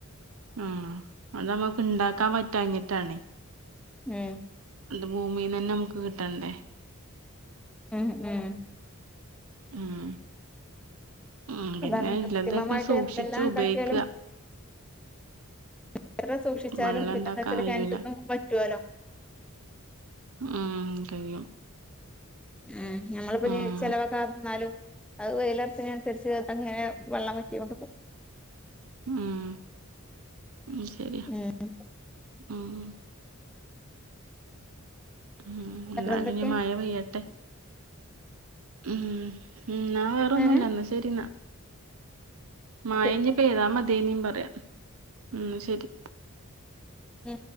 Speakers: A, on the right; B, in the centre.
A: ആഹ് അതമ്മക്ക് ണ്ടാക്കാൻ പറ്റാഞ്ഞിട്ടാണ്.
B: ഉം
A: അത് ഭൂമിന്നന്നെ നമുക്ക് കിട്ടണ്ടേ.
B: എഹ് ഏഹ്
A: ഉം ഉം പിന്നെ
B: അതാണ്
A: ഇല്ലതൊക്കെ
B: കൃത്രിമമായിട്ട്
A: സൂക്ഷിച്ചു
B: എന്തെല്ലാം ഉണ്ടാക്കിയാലും
A: ഉപയോഗിക്ക.
B: എത്ര സൂക്ഷിച്ചാലും
A: വെള്ളം
B: പിന്നെ
A: ഇണ്ടാക്കാൻ
B: എന്താച്ചാല്
A: കഴിയൂല
B: കെന്റ്ന്നും പറ്റോല്ലോ.
A: ഉം കയ്യും
B: ഉം ഞങ്ങളിപ്പോ
A: ഉം
B: ഞ്ഞി ചെിലവാക്കാന്നാലും അഹ് വെയിലർച്ചിനനുസരിച്ച് അങ്ങനെ വെള്ളം വറ്റ്യോണ്ട്ക്കും
A: ഉം ശരിയാ
B: ഉം
A: ഉം ഉം എന്താലും
B: വേറെന്തൊക്കെയാ
A: ഞ് മഴ പെയ്യട്ടെ ഉം ഉം ഞാൻ വേറെ
B: അങ്ങനെ
A: ഒന്നുല്ല ന്നാ ശരിന്നാ മയഞ്ഞി
B: ഓക്കെ
A: പെയ്താ മതിയേഞ്ഞി പറയാ ഉം ശരി
B: ഉം